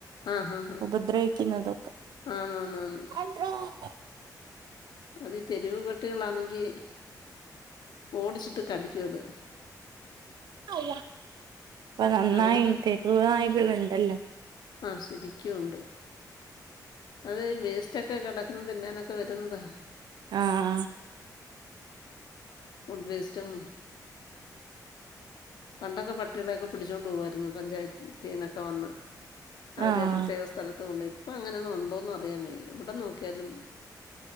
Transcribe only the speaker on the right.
ഉപദ്രവിക്കുന്നതൊക്കെ.
<inaudible>
അപ്പ നന്നായി
തെരുനായികളുണ്ടല്ലോ
ആഹ്
ആഹ്